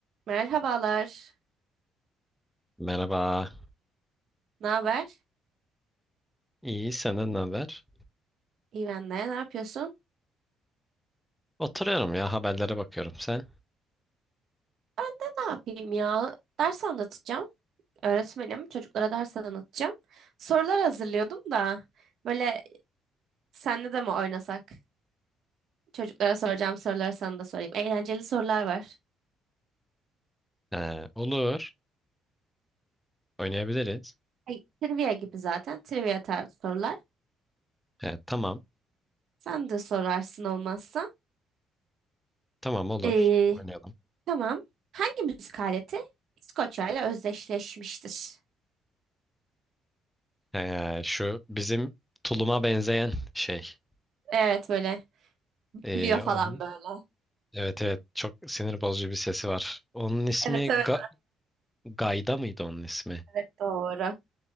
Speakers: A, on the right; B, in the centre.
A: Merhabalar.
B: Merhaba.
A: Ne haber?
B: İyi, senden ne haber?
A: İyi ben de. Ne yapıyorsun?
B: Oturuyorum ya, haberlere bakıyorum. Sen?
A: Ben de ne yapayım ya? Ders anlatacağım. Öğretmenim. Çocuklara ders anlatacağım. Sorular hazırlıyordum da. Böyle senle de mi oynasak? Çocuklara soracağım soruları sana da sorayım. Eğlenceli sorular var.
B: He, olur, oynayabiliriz.
A: Ay, trivia gibi zaten. Trivia tarzı sorular.
B: He, tamam,
A: Sen de sorarsın olmazsa.
B: tamam olur.
A: Ee,
B: Oynayalım.
A: tamam. Hangi müzik aleti İskoçya ile özdeşleşmiştir?
B: He, şu bizim tuluma benzeyen şey.
A: Evet böyle.
B: Ee,
A: Gülüyor falan
B: onun,
A: böyle.
B: evet evet, çok sinir bozucu bir sesi var. Onun ismi
A: Evet
B: Ga-
A: evet.
B: Gayda mıydı onun ismi?
A: Evet doğru.